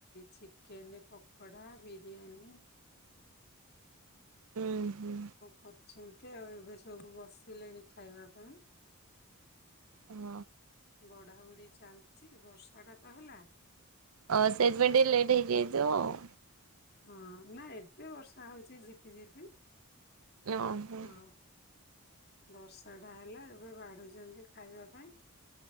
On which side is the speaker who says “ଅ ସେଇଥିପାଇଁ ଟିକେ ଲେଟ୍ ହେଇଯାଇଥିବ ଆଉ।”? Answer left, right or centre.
Right